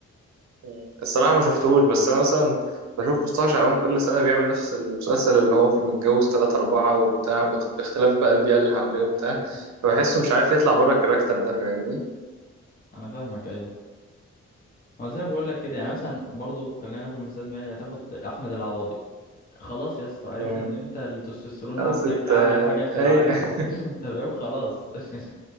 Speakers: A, on the right (about 70°); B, on the left (about 30°).
A: مم. الصراحة ما شفتهوش بس أنا مثلا بشوف مصطفى شعبان كل سنة بيعمل نفس المسلسل اللي هو فيه متجوز تلاتة أربعة وبتاع باخ- باختلاف بقى البيئة اللي حواليه وبتاع
B: <laughs>
A: فبحسه
B: ايوه
A: مش عارف يطلع بره الكاركتر ده فاهمني
B: انا فاهمك ايوه ما زي ما بقول لك كده يعني مثلا برضو خلينا ناخد مثال مالي هتاخد احمد العوضي خلاص يا اسطى عرفنا
A: مم.
B: ان انت التستوستيرون
A: خلاص
B: عندك
A: أنت
B: اعلى حاجة في العالم
A: أي <laughs>
B: <laughs> انت فاهم خلاص <laughs>